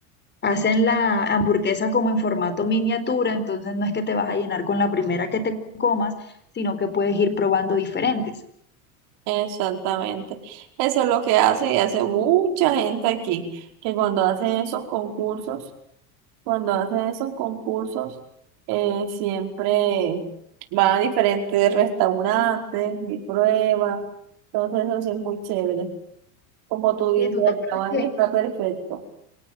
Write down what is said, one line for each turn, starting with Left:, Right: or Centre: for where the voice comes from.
Left: Hacen la hamburguesa como en formato miniatura, entonces no es que te vas a llenar con la primera que te comas, sino que puedes ir probando diferentes.
Right: Exactamente. Eso es lo que hace y hace mucha gente aquí, que cuando hacen esos concursos, cuando hacen esos concursos, eh, siempre van a diferentes restaurantes y prueban. Entonces eso sí es muy chévere. Como tú dices,
Left: Sí, ¿tú te
Right: el
Left: acuerdas
Right: tamaño
Left: que
Right: está perfecto.